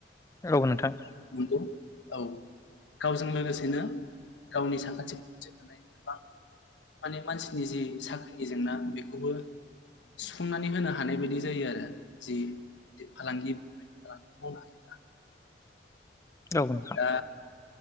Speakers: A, on the left; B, on the left.
A: औ नोंथां।
B: नंगौ औ गावजों लोगोसेनो गावनि साखाथि फाखाथि थानाय गोबां माने मानसिनि जि साख्रिनि जेंना बेखौबो सुफुंनानै होनो हानाय बायदि जायो आरो जि फालांगिफोर मावनो हायोब्ला।
A: औ नोंथां।
B: दा